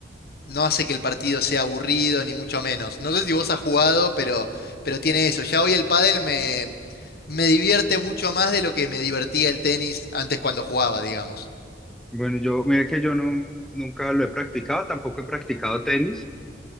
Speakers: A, on the left (about 60°); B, in the centre.
A: no hace que el partido sea aburrido, ni mucho menos. No sé si vos has jugado, pero, pero tiene eso. Ya hoy el pádel me, me divierte mucho más de lo que me divertía el tenis antes cuando jugaba, digamos.
B: Bueno, yo, mire que yo no, nunca lo he practicado, tampoco he practicado tenis.